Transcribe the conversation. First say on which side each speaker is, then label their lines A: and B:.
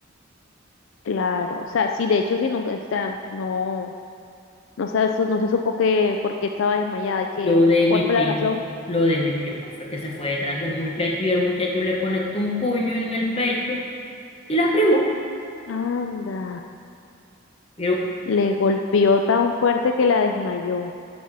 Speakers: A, on the left; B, on the left.
A: claro. O sea, sí, de hecho, sí, nunca, o sea, no, no se, so, no se supo que, por qué estaba desmayada y que,
B: Lo de
A: ¿cuál
B: mi
A: fue
B: prima,
A: la razón?
B: lo de mi prima fue que se fue detrás del muchacho y el muchacho le conectó un puño en el pecho y la privó.
A: Anda,
B: Pero
A: le golpeó tan fuerte que la desmayó.